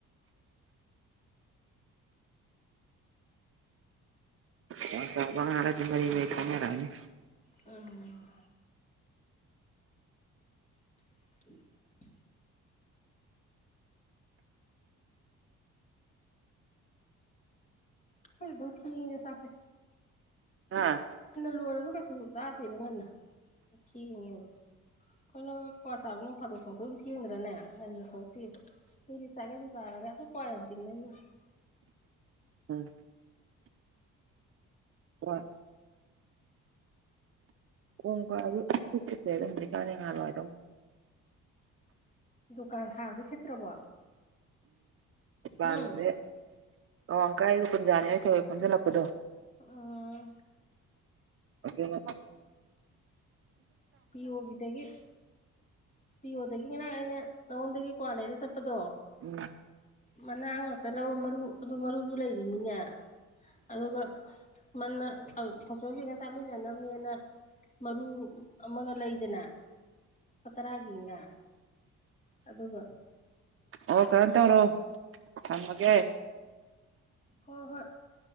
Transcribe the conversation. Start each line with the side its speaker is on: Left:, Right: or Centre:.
Right: ꯀꯋꯥ ꯆꯥꯕ ꯉꯥꯛ ꯑꯗꯨ ꯃꯔꯤ ꯃꯔꯤ ꯊ‌ꯣꯛꯅꯔꯅꯤ
Left: ꯎꯝ <inaudible> ꯑꯩꯈ‌ꯣꯏꯗꯤ ꯑꯗꯨꯝ ꯊ‌ꯦꯡꯉꯤꯗ ꯆꯥꯛꯁꯤ
Right: <inaudible>
Left: ꯂꯣꯏꯔꯁꯨ ꯀꯩꯁꯨ ꯆꯥꯗꯦꯕ ꯉꯟꯅ ꯊꯦꯡꯉꯦꯕ ꯑꯗꯨꯝ ꯑꯩꯈꯣꯏꯅ ꯀ꯭ꯋꯥ ꯆꯥꯕ ꯅꯣꯡ ꯐꯥꯗꯣꯛ ꯊꯣꯛꯂꯛꯄꯗꯨ ꯑꯗꯨꯝ ꯊꯦꯡꯗ꯭ꯔꯅꯦ ꯉꯟꯅ ꯊꯣꯛꯇꯦꯕ ꯃꯤꯗꯤ ꯆꯥꯛꯉꯟ ꯆꯔ ꯑꯗꯨ ꯀꯋꯥ ꯌꯥꯝ ꯇꯤꯡꯅꯝꯅꯤ
Right: ꯎꯝ ꯋꯥ ꯑꯣꯡꯕꯣ ꯑꯗꯨꯠ ꯆꯠꯇꯂꯦ ꯑꯗꯨꯝꯗꯤ ꯈꯥꯗ ꯉꯥꯜꯂꯣ ꯑꯗꯨꯝ
Left: ꯗꯨꯀꯥꯟ ꯁꯥꯕꯗ ꯁꯤꯠꯇ꯭ꯔꯕꯣ
Right: ꯥꯗꯔ꯭ꯦ
Left: ꯍꯨꯝ
Right: ꯑꯋꯥꯡꯀꯥꯏꯗ ꯀꯨꯟꯖꯥꯅꯤ ꯍꯣꯏ ꯐꯝꯖꯤꯜꯂꯛꯄꯗꯣ
Left: ꯎꯝ
Right: ꯑꯗꯨꯅ
Left: ꯄꯤꯌ ꯑꯣꯒꯤꯗꯒꯤ ꯄꯤꯌ ꯑꯣꯗꯒꯤ ꯉꯅꯥ ꯑꯩꯅ ꯅꯉꯣꯟꯗꯒꯤ ꯀ꯭ꯋꯥ ꯂꯩꯅ ꯆꯠꯄ ꯆꯠꯄꯗꯣ
Right: ꯎꯝ
Left: ꯃꯅꯥ ꯉꯥꯛꯇ ꯂꯧꯔꯣ ꯃꯔꯨ ꯑꯗꯨ ꯃꯔꯨꯗꯨ ꯂꯩꯔꯤꯃꯤꯅꯦ ꯑꯗꯨꯒ ꯃꯟꯅ ꯊꯣꯛꯆꯄꯤꯒ ꯆꯥꯃꯤꯟꯅꯅꯕꯅꯦꯅ ꯃꯔꯨ ꯑꯃꯒ ꯂꯩꯗꯅ ꯇꯔꯥꯒꯤꯅ ꯑꯗꯨꯒ
Right: ꯑꯣ ꯀꯩꯅꯣꯝ ꯇꯧꯔꯣ ꯊꯝꯃꯒꯦ
Left: ꯍꯣꯏ ꯍꯣꯏ